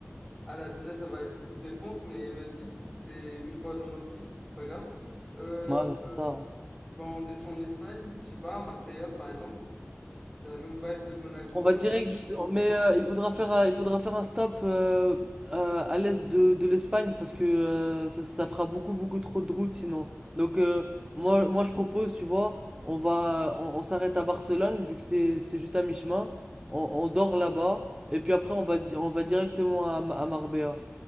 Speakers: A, in the centre; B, on the right.
A: ah là, déjà, ça va être beaucoup de dépenses, mais vas-y, c'est une fois dans notre vie, c'est pas grave. Euh,
B: Ouais, bah, c'est ça. hein.
A: bah, on descend en Espagne, je sais pas, à Marbella par exemple. C'est la même vibe de Monaco.
B: On va direct juste. Mais euh, il faudra faire, euh, il faudra faire un stop euh, euh, à l'est de, de l'Espagne parce que euh, ça, ça fera beaucoup beaucoup trop de route sinon. Donc euh, moi moi je propose, tu vois, on va on, on s'arrête à Barcelone vu que c'est c'est juste à mi-chemin. On, on dort là-bas et puis après on va di- on va directement à, Ma- à Marbella.